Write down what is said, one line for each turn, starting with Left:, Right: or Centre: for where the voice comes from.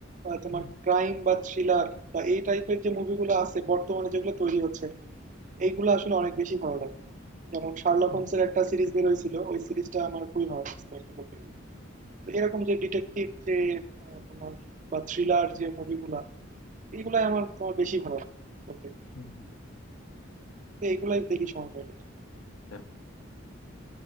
Right: আহ, তোমার
Left: হুম,
Right: ক্রাইম বা থ্রিলার বা এই টাইপের যে মুভিগুলো আছে বর্তমানে যেগুলো তৈরি হচ্ছে আর কি এইগুলো আসলে অনেক বেশি ভালো লাগে যেমন শার্লক
Left: হুম,
Right: হোমসের
Left: হুম।
Right: একটা সিরিজ বের হয়েছিল ওই সিরিজটা আমার খুবই ভালো লাগছে আর কি বলতে গেলে। তো এরকম যে ডিটেকটিভ যে আহ, তোমার বা থ্রিলার যে মুভিগুলা এইগুলাই আমার তোমার বেশি ভালো লাগে বলতে গেলে।
Left: হুম।
Right: তো এইগুলাই দেখি সময় পাইলে
Left: আচ্ছা,